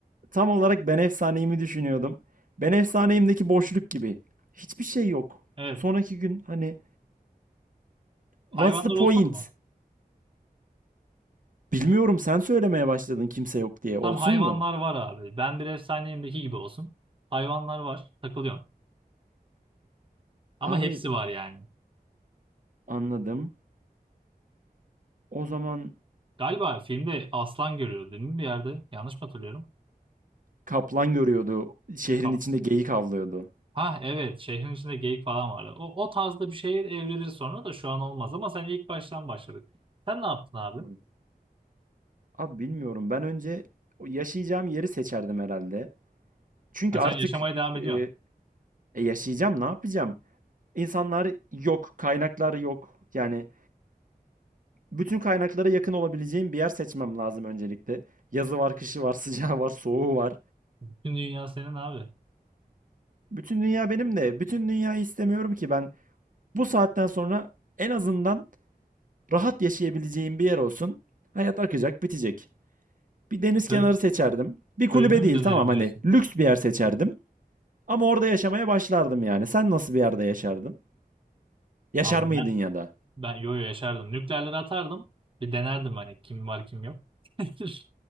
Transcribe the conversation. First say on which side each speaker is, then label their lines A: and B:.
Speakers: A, on the right; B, on the right.
A: Tam olarak ben efsaneyimi düşünüyordum. Ben efsaneyimdeki boşluk gibi. Hiçbir şey yok.
B: Evet.
A: Sonraki gün hani what's
B: Hayvanlar
A: the point?
B: olsun mu?
A: Bilmiyorum sen söylemeye başladın kimse yok diye. Olsun
B: Tam hayvanlar
A: mu?
B: var abi. Ben bir efsaneyimdeki gibi olsun. Hayvanlar var. Takılıyorsun. Ama
A: Abi
B: hepsi var yani.
A: anladım. O zaman
B: Galiba filmde aslan görüyordu değil mi bir yerde? Yanlış mı hatırlıyorum?
A: kaplan görüyordu. Şehrin
B: Kap-
A: içinde geyik avlıyordu.
B: Ha evet. Şehrin içinde geyik falan vardı. O, o tarzda bir şeye evrilir sonra da şu an olmaz. Ama sen ilk baştan başladık. Sen ne yaptın abi?
A: Evet. Abi bilmiyorum. Ben önce o yaşayacağım yeri seçerdim herhalde. Çünkü
B: Ha,
A: artık
B: sen yaşamaya devam
A: e,
B: ediyorsun.
A: e, yaşayacağım ne yapacağım? İnsanlar yok, kaynaklar yok. Yani Bütün kaynaklara yakın olabileceğim bir yer seçmem lazım öncelikle. Yazı var, kışı var, <laughs> sıcağı var, soğuğu var.
B: Bütün dünya senin abi.
A: Bütün dünya benim de. Bütün dünyayı istemiyorum ki ben. Bu saatten sonra en azından rahat yaşayabileceğim bir yer olsun. Hayat akacak, bitecek. Bir deniz kenarı
B: Kö
A: seçerdim. Bir
B: köyüme
A: kulübe
B: mi
A: değil
B: dönerim
A: tamam
B: diyorsun?
A: hani lüks bir yer seçerdim. Ama orada yaşamaya başlardım yani. Sen nasıl bir yerde yaşardın? Yaşar
B: Abi
A: mıydın
B: ben
A: ya da?
B: ben yo yo yaşardım. Nükleerleri atardım. Bir denerdim hani kim var kim yok. <laughs>